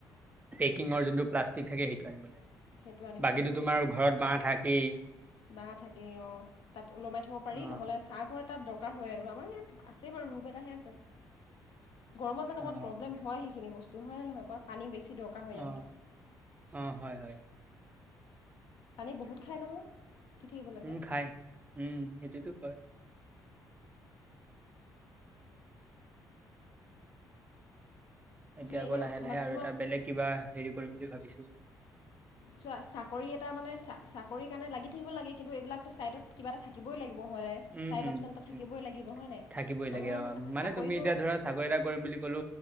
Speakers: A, on the right; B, on the left.
A: পেকিঙৰ যোনট প্লাছ থাকে সেইটো আনিব লাগে
B: সেইটো আনিব
A: বাকীটো তোমাৰ ঘৰত বাহ থাকেই
B: বা থাকেই অ তাত ওলমাই থব পাৰি
A: অ',
B: নহলে চাহ ঘৰত তাত দৰকাৰ হয় আৰু আমাৰ ইয়াত আছে বাৰু ৰূম এটাহে গৰমত মানে
A: অ',
B: অকমান প্ৰব্লেম হয় সেইখিনি বস্তু হয়নে নহয় কোৱা পানী বেছি দৰকাৰ হয়
A: অ',
B: ইহঁতক
A: অ হয় হয়।
B: পানী বহুত খায় নহয়। দি থাকিব লাগে
A: উম খাই উম, সেইটোতো হয়। এতিয়া
B: তুমি
A: আকৌ
B: এনে
A: লাহে লাহে
B: মাছৰুমত
A: আৰু এটা বেলেগ কিবা হেৰি কৰিম বুলি ভাবিছো।
B: চোৱা চাকৰি এটা মানে চাকৰি কাৰণে লাগি থাকিব লাগে কিন্তু এইবিলাকটো চাইডত কিবা এটা থাকিবই লাগিব
A: উম,
B: ছাইড
A: উম,
B: অপচন এটা থাকিবই
A: উম,
B: লাগিব হয় নাই মানুহৰ
A: থাকিবই লাগে অ', মানে
B: চাকৰিটো
A: তুমি এতিয়া ধৰা চাকৰি এটা কৰিম বুলি কলো